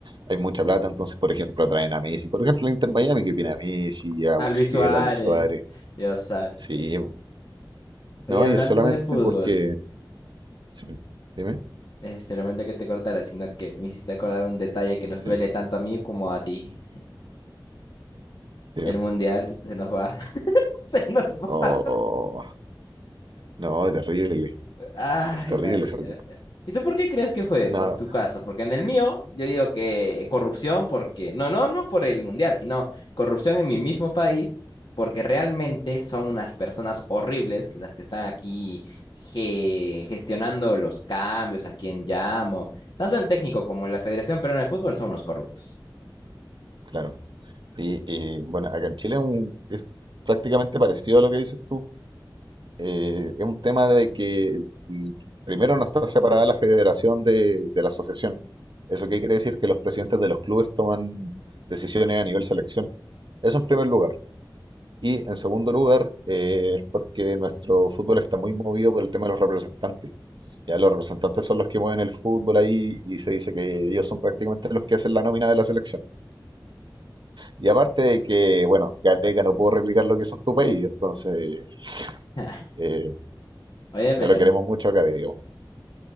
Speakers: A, on the right; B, on the left.
A: hay mucha plata. Entonces, por ejemplo, atraen a Messi. Por ejemplo, el Inter Miami que tiene a Messi, a
B: A
A: Busquets,
B: Luis Suárez,
A: a Luis Suárez.
B: Dios santo.
A: Sí,
B: Oye,
A: no,
B: hablando
A: y es solamente
B: de fútbol,
A: porque. Sí, dime,
B: este, lamento que te cortara, sino que me hiciste acordar un detalle que nos
A: sí,
B: duele tanto a mí como a ti.
A: dime.
B: El mundial se nos va. <laughs> Se nos va.
A: Oh, no, terrible,
B: Ay,
A: terrible
B: maldita
A: esa cosa.
B: sea. ¿Y tú por qué crees que fue?
A: No,
B: Por tu caso. Porque en el mío, yo digo que corrupción porque, no, no, no por el mundial, sino corrupción en mi mismo país, porque realmente son unas personas horribles las que están aquí ge- gestionando los cambios, a quién llamo. Tanto el técnico como la Federación Peruana de Fútbol son unos corruptos.
A: claro. Y, y, bueno, acá en Chile es un- es prácticamente parecido a lo que dices tú eh, es un tema de que mm, primero no está separada la federación de, de la asociación. ¿Eso qué quiere decir? Que los presidentes de los clubes toman decisiones a nivel selección. Eso en primer lugar. Y en segundo lugar, eh, es porque nuestro fútbol está muy movido por el tema de los representantes. Ya los representantes son los que mueven el fútbol ahí y se dice que ellos son prácticamente los que hacen la nómina de la selección. Y aparte de que, bueno, Gareca no puedo replicar lo que hizo en tu país, entonces
B: <laughs>
A: eh,
B: Oye, pero
A: no lo
B: n-
A: queremos mucho acá, digamos.